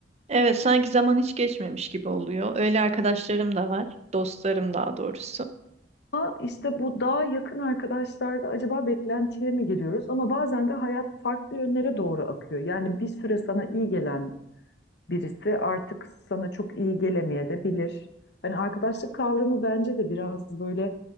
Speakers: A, on the right; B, on the left.
A: Evet, sanki zaman hiç geçmemiş gibi oluyor. Öyle arkadaşlarım da var, dostlarım daha doğrusu.
B: Ama işte bu daha yakın arkadaşlarda acaba beklentiye mi giriyoruz? Ama bazen de hayat farklı yönlere doğru akıyor. Yani bir süre sana iyi gelen birisi artık sana çok iyi gelemeye de bilir. Hani arkadaşlık kavramı bence de biraz böyle